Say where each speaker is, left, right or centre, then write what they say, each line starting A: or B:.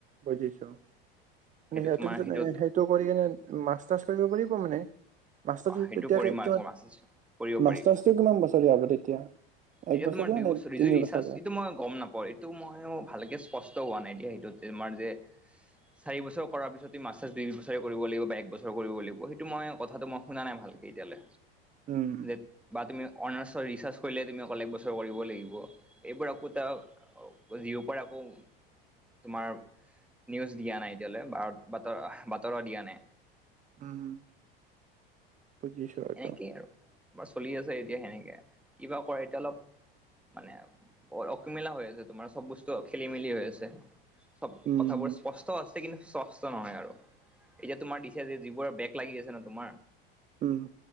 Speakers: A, on the right; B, in the centre.
A: বুজিছো, মানে
B: সেইটো
A: সিহঁতৰ
B: তোমাৰ
A: পিছত
B: সেইটোত
A: সেই সেইটো কৰি কিনে মাষ্টাৰছ কৰিব পাৰিব মানে? <unintelligible>
B: সেইটো
A: মাষ্টাৰছটো
B: কৰিম আকৌ মাচিছ
A: কিমান
B: কৰিব
A: বছৰীয়া
B: পাৰিব।
A: হ'ব তেতিয়া?
B: তেতিয়া
A: এক বছৰীয়া
B: তোমাৰ দুই
A: নে
B: বছৰ
A: তিনি
B: - ৰিছাৰ্চ
A: বছৰীয়া?
B: এইটো মই গম নাপাও ৰে। টো মইও ভালকে স্পষ্ট হোৱা নাই এতিয়া সেইটোত যে তোমাৰ যে চাৰি বছৰ কৰাৰ পিছত মাষ্টাৰ্ছ ডিগ্ৰী -দুই বছৰে কৰিব লাগিব বা এক বছৰ কৰিব লাগিব সেইটো মইওঁ কথাটো মই শুনা নাই ভালকে এতিয়ালে,
A: উম
B: যে বা তুমি অনাৰ্চৰ ৰিছাৰ্চ কৰিলে তুমি অকল এক বছৰ কৰিব লাগিব এইবোৰ আকৌ তা জিও পৰ আকৌ তোমাৰ নিউজ দিয়া নাই এতিয়ালে বা বাতৰা বাতৰা দিয়া নাই।
A: উম উম বুজিছো। এইটো।
B: এনেকেই আৰু বা চলি আছে এতিয়া সেনেকে কিবা কৰে এতিয়া অলপ মানে বৰ অকমিলা হৈ আছে তোমাৰ চব বস্তু খেলি মেলি হৈ আছে। সব
A: উম
B: কথাবোৰ স্পষ্ট চ আছে কিন্তু স্বস্থ নহয় আৰু এতিয়া তোমাৰ দিছে যে যিবোৰৰ ব্ৰেক লাগি আছে ন তোমাৰ
A: উম